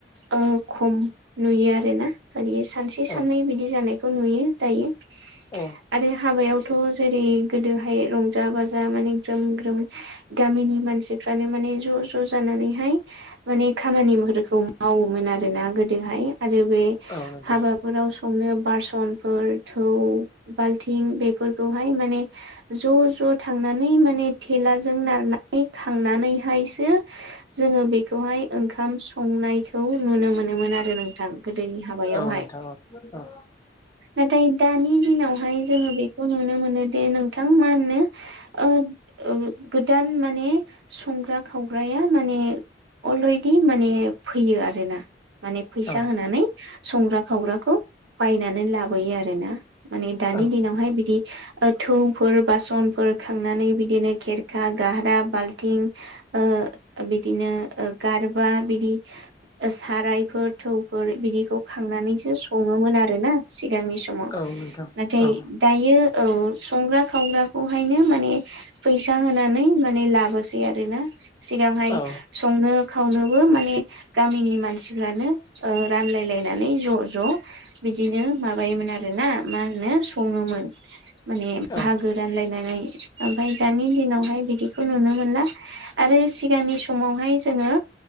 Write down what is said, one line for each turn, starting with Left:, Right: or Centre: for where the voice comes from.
Right: ओ खम नुयो आरोना माने सानसे
Left: औ
Right: साननै बिदि जानायखौ नुयो दायो
Left: औ
Right: आरो हाबायावथ' जेरै गोदोहाय रंजा बाजा माने ग्रोम-ग्रोम गामिनि मानसिफ्रानो माने ज ज'-ज' जानानैहाय माने खामानिफोरखौ माव समोन आरोना गोदोहाय आरो बे
Left: औ नोंथां
Right: हाबाफोराव संनो बासनफोर थौ बाल्थिं बेफोरखौहाय माने ज' ज' थांनानै माने थेलाजों नारनानै थांनानैहायसो जोङो बेखौहाय ओंखाम सं नुनो मोनोमोन आरो नोंथां गोदोनि हाबायावहाय।
Left: औ नोंथां औ औ
Right: नाथाय दानि दिनावहाय जोङो बेखौ नुनो मोनो दि नोंथां मा होनो ओ गोदान माने संग्रा खावग्राया माने अलरेडि माने फैयो आरोना माने फैसा
Left: औ
Right: होनानै संग्रा खावग्रा खौ बायनानै लाबोयो आरोना माने दानि
Left: औ
Right: दिनावहाय बिदि थौफोर बासनफोर खांनानै बिदिनो खेरखा, गाह्रा, बाल्थिं ओ बिदिनो गारबा बिदि सारायफोर थौफोर बिदिखौ खांनानैसो सङोमोन आरोना सिगांनि समाव।
Left: औ नोंथां
Right: नाथाय
Left: औ
Right: दायो ओ संग्रा खावग्राखौहायनो माने फैसा होनानै माने लाबोसै आरोना। सिगांहाय
Left: औ
Right: संनो खावनोबो माने गामिनि मानसिफ्रानो रानलायलायनानै ज' ज' बिदिनो माबायोमोन आरोना मा होनो सङोमोन, माने बाहागो
Left: औ
Right: रानलायनानै ओमफ्राय दानि दिनावहाय बिदिखौ नुनो मोनला। आरो सिगांनि समावहाय जोङो